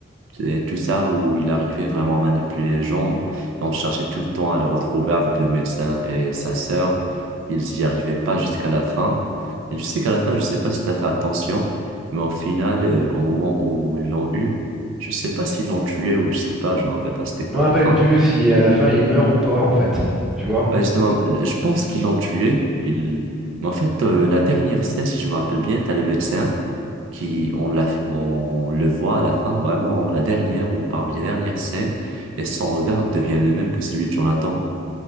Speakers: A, on the right; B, in the centre.
A: et tout ça où il arrivait vraiment à manipuler les gens. Et on cherchait tout le temps à le retrouver avec le médecin et sa sœur. Ils y arrivaient pas jusqu'à la fin. Et je sais qu'à la fin, je sais pas si t'as fait attention, mais au final, euh, au moment où ils l'ont eu, je sais pas s'ils l'ont tué ou je sais pas, je me rappelle pas c'était quoi
B: Je me rappelle
A: à la fin.
B: plus si à la fin il meurt ou pas en fait. Tu vois?
A: Bah, justement, je pense qu'ils l'ont tué. Il... Mais en fait, euh, la dernière scène, si je me rappelle bien, t'as le médecin qui, on l'a, on le voit à la fin, vraiment la dernière ou parmi les dernières scènes, et son regard devient le même que celui de Jonathan.